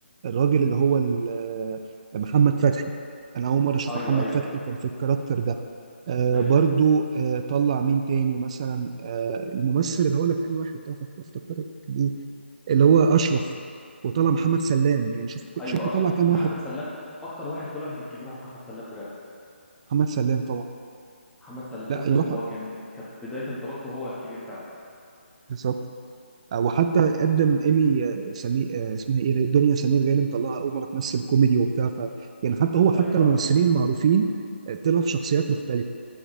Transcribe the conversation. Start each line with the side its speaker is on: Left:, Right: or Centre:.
Right: الراجل اللي هو ال- آه، محمد فتحي انا اول مره اشوف
Centre: ايوه
Right: محمد
Centre: ايوه
Right: فتحي كان في الكاركتر ده آه
Centre: ايوه
Right: برضو آه طلع مين تاني مثلا آه الممثل اللي هقول لك انهي واحد ده أفك- افتكرك بيه اللي هو اشرف وطلع محمد سلام يعني شوف
Centre: ايوه
Right: شوف طلع
Centre: اشرف
Right: كام
Centre: محمد
Right: واحد
Centre: سلام اكتر واحد طلع من الكبير هو محمد سلام بجد
Right: محمد سلام طبعا
Centre: محمد سلام
Right: لا يروح
Centre: هو كان كانت بداية انطلاقته هو الكبير فعلا
Right: بالظبط آه، وحتى قدم ايمي آه، سمير آه، اسمها ايه دي؟ دنيا سمير غانم مطلعها اول مره تمثل كوميدي وبتاع ف يعني حتى هو حتى
Centre: ايوه
Right: الممثلين
Centre: ايوه
Right: المعروفين آه، طلعوا في شخصيات مختلفه